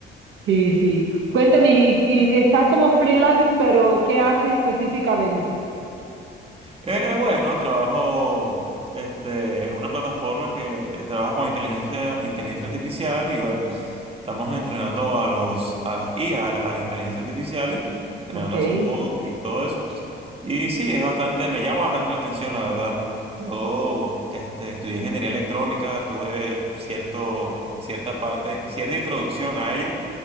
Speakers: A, on the right; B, on the right.
A: Sí, sí. Cuéntame, y, y estás como freelance, pero ¿qué haces específicamente?
B: Eh, bueno, trabajo este, en una plataforma que trabaja con inteligencia, inteligencia artificial y bueno, estamos entrenando a los, a las IA, a, a, la- a las inteligencias artificiales, entrenando
A: Ok.
B: a sus bots y todo eso. Y sí, es bastante, me llama bastante la atención, la verdad. Yo, este, estudié ingeniería electrónica, tuve cierto, cierta parte, cierta introducción a ello